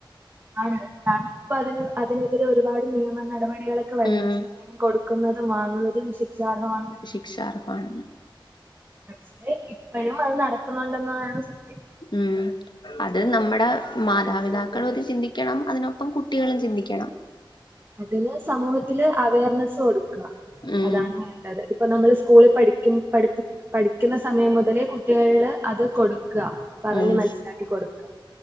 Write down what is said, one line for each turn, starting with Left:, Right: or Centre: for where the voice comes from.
Right: ആണ് കാരണം ഇപ്പൊ അതിന് അതിനെതിരെ ഒരുപാട് നിയമ നടപടികളൊക്കെ വരുന്നുണ്ട്
Left: ഉം
Right: സ്ത്രീധനം കൊടുക്കുന്നതും വാങ്ങുന്നതും ശിക്ഷാർഹമാണെന്ന്
Left: ശിക്ഷാർഹമാണെന്ന്
Right: പക്ഷെ ഇപ്പഴും അത് നടക്കുന്നുണ്ടെന്നതാണ് സത്യം
Left: ഉം അത് നമ്മുടെ മാതാപിതാക്കള് മത് ചിന്തിക്കണം അതിനൊപ്പം കുട്ടികളും ചിന്തിക്കണം
Right: അതിന് സമൂഹത്തില് അവയർനെസ് കൊടുക്ക
Left: ഉം
Right: അതാണ് വേണ്ടത് ഇപ്പൊ നമ്മള് സ്കൂളിൽ പഠിക്കും പഠിപ്പി പഠിക്കുന്ന സമയം മുതലേ കുട്ടികളില് അത് കൊടുക്ക പറഞ്ഞ്
Left: ഉം
Right: മനസ്സിലാക്കി കൊടുക്ക